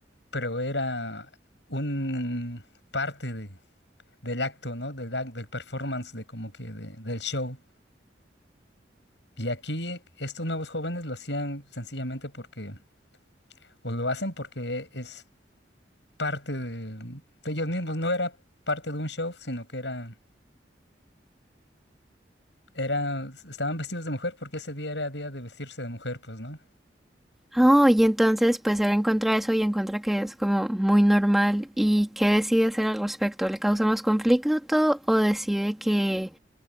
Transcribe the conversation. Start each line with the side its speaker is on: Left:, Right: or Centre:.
Left: pero era un parte de, del acto, ¿no? Del, ac- del performance, de como que de- del show. Y aquí estos nuevos jóvenes lo hacían sencillamente porque, o lo hacen porque es parte de, de ellos mismos, no era parte de un show, sino que era, era, estaban vestidos de mujer porque ese día era día de vestirse de mujer, pues, ¿no?
Centre: Oh, y entonces pues él encuentra eso y encuentra que es como muy normal y ¿qué decide hacer al respecto? ¿Le causa más conflicto o decide que